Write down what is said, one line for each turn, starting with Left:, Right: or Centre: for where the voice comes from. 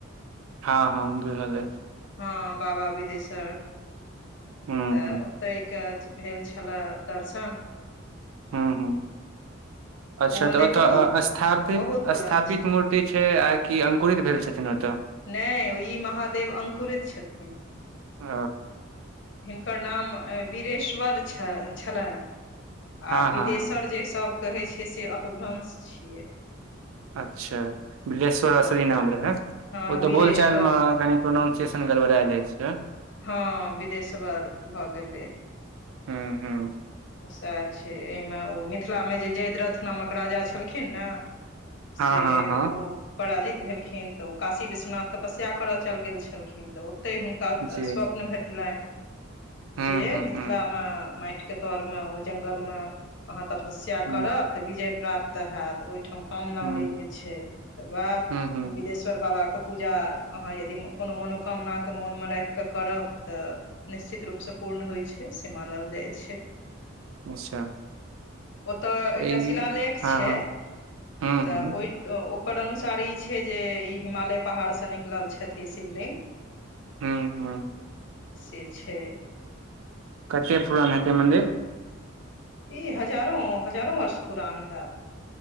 Right: हँ हँ बुझल अछि
Left: हँ बाबा बिदेशर
Right: हूँ
Left: तऽ
Right: हूँ
Left: ताहि काज भेल छलए दर्शन
Right: हूँ हूँ अच्छा
Left: मन्दिर
Right: तऽ ओ तऽ
Left: बहुत
Right: स्थापित
Left: बहुत पुरान
Right: स्थापित
Left: छै
Right: मूर्ति छै आ कि अंकुरित भेल छथिन ओतय
Left: नहि ओ ई महादेव अंकुरित छथिन
Right: ओ
Left: हिनकर नाम वीरेश्वर छ छलनि
Right: हँ
Left: आ बिदेशर
Right: हँ हँ
Left: जे सब कहै छै से अपभ्रंश छियै
Right: अच्छा बिलेश्वर
Left: हँ
Right: असली नाम रहै
Left: हँ
Right: ओ
Left: वीरेश्वर
Right: तऽ बोलचाल मे
Left: महत
Right: कनि प्रोनाउंसियएशन गड़बड़ा जाइ छै
Left: हँ विदेशवर भऽ गेलै
Right: हूँ हूँ
Left: छे एहिमे ओ मिथिलामे जे जयद्रथ नामक राजा छलखिन ने से
Right: हँ हँ हँ
Left: ओ पराजित भेलखिन तऽ ओ काशी विश्वनाथ तपस्या करय चलि गेल छलखिन तऽ ओतहि हुनका
Right: जी
Left: स्वप्न भेटलनि
Right: हुँ
Left: जे
Right: हुँ
Left: मिथिलामे
Right: हुँ
Left: माटिके तरमे ओ जङ्गलमे अहाँ तपस्या
Right: हुँ
Left: करब त विजय प्राप्त होयत ओहिठाम कामना
Right: हुँ
Left: लिंग छै तऽ वएह
Right: हुँ हुँ
Left: विदेश शर बाबा के पूजा अहाँ यदि कोनो मनोकामना के मोनमे राखि कऽ करब तऽ निश्चित रूपसँ पूर्ण होइत छै से मानल जाइ छै
Right: अच्छा
Left: ओतय एकटा
Right: ई
Left: शिलालेख
Right: हँ
Left: छै
Right: हँ हुँ
Left: तऽ
Right: हुँ
Left: ओहि ओकर अनुसार ई छै जे ई हिमालय पहाड़सँ निकलल छथि शिवलिंग
Right: हुँ हुँ
Left: से छै
Right: कते पुरान हेतै मन्दिर
Left: ई हजारों हजारों वर्ष पुरान हैत